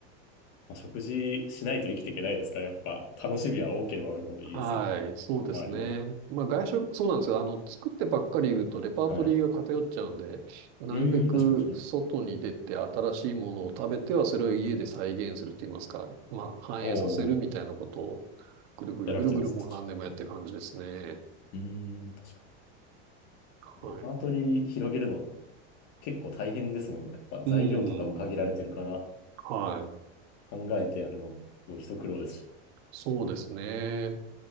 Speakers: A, on the left (about 50°); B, on the right (about 65°).
A: まあ、食事しないと生きていけないですから、やっぱ、楽しみは多ければ多いほどいいですよね。
B: はい、そうですね。
A: 周りの。
B: まあ外食、そうなんですよ。あの、作ってばっかりいるとレパートリーが偏っちゃうんで、
A: はい。う
B: なるべく外に出て新しいものを食べてはそれを家で再現すると言いますか、
A: ーん、確かに確かに。
B: まあ反映させるみたいなことを
A: おお
B: ぐるぐるぐるぐるもう何年もやってる感じですね。
A: やられてるんです。確かに。うーん、確か
B: はい。
A: にレパートリー広げるの結構大変ですもんね。やっぱ材料とかも限られてるから
B: うん。はい。
A: 考えてやるのもすごい一苦労ですし。
B: そうですね。